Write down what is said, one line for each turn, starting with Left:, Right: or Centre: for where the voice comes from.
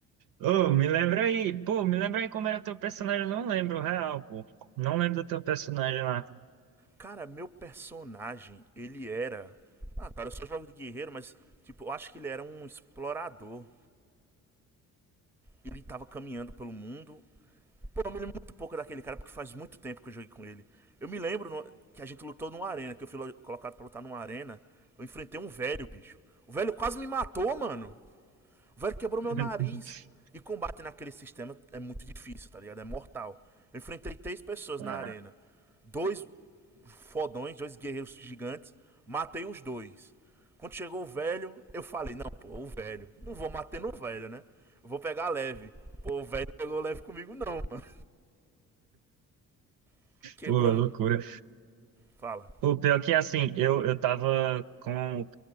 Right: Ô, me lembra aí. Pô, me lembra aí como era teu personagem. Eu não lembro, real, pô. Não lembro do teu personagem lá.
Centre: Cara, meu personagem, ele era. Ah, cara, eu só jogo de guerreiro, mas, tipo, eu acho que ele era um explorador. ele estava caminhando pelo mundo. Pô, eu me lembro muito pouco daquele cara, porque faz muito tempo que eu joguei com ele. Eu me lembro no- que a gente lutou numa arena, que eu fui colocado pra lutar numa arena. Eu enfrentei um velho, bicho. O velho quase me matou, mano. O velho quebrou meu
Right: <laughs>
Centre: nariz. E combate naquele sistema é muito difícil, tá ligado? É mortal. Eu enfrentei três pessoas
Right: Ah,
Centre: na arena. Dois fodões, dois guerreiros gigantes. Matei os dois. Quando chegou o velho, eu falei: Não, pô, o velho. Não vou matar no velho, né? Eu vou pegar leve. Pô, o velho não pegou leve comigo, não, mano. <laughs> Quebrou.
Right: Pô, loucura.
Centre: Fala.
Right: Pô, pior que assim, eu, eu tava com.